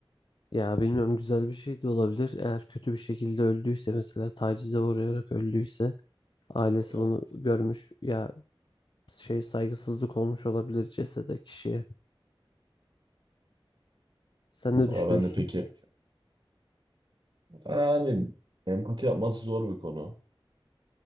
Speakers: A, on the left; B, on the right.
A: Ya bilmiyorum güzel bir şey de olabilir. Eğer kötü bir şekilde öldüyse mesela tacize uğrayarak öldüyse ailesi
B: Evet.
A: bunu görmüş ya şey saygısızlık olmuş olabilir cesede kişiye. Sen ne
B: Valla
A: düşünüyorsun?
B: ben de peki. yani Hani empati yapması zor bir konu.